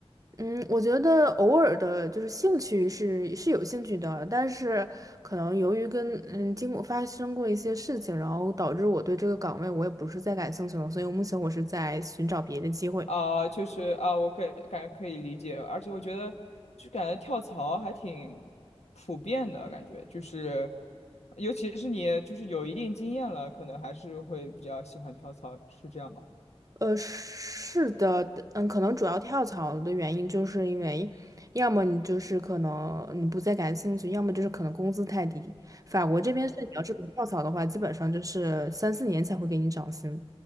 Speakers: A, on the right (about 30°); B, on the left (about 85°).
A: 嗯，我觉得偶尔的，就是兴趣是是有兴趣的，但是可能由于跟嗯经过发生过一些事情，然后导致我对这个岗位我也不是再感兴趣了，所以目前我是在寻找别的机会。
B: 啊、就是啊、我感感觉可以理解，而且我觉得就感觉跳槽还挺普遍的感觉，就是尤其是你就是有一定经验了，可能还是会比较喜欢跳槽，是这样吗？
A: 呃，是的，嗯，可能主要跳槽的原因就是因为，要么你就是可能你不再感兴趣，要么就是可能工资太低。法国这边是你要是不跳槽的话，基本上就是三四年才会给你涨薪。